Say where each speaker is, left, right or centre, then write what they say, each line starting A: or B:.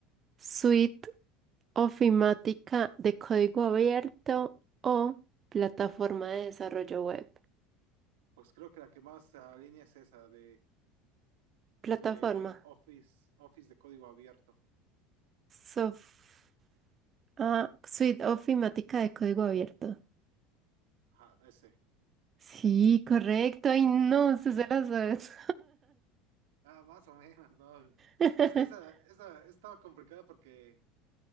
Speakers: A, on the right (about 30°); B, on the right (about 80°).
A: suite ofimática de código abierto o plataforma de desarrollo web.
B: Pues creo que la que más se alinea es esa de,
A: Plataforma.
B: de Office, Office de código abierto.
A: Sof- ah, suite ofimática de código abierto.
B: Ajá, ese.
A: Sí, correcto. Ay, no, se se la sabes.
B: Ah, más o menos, ¿no?
A: <laughs>
B: Es que esa, esa estaba complicada porque,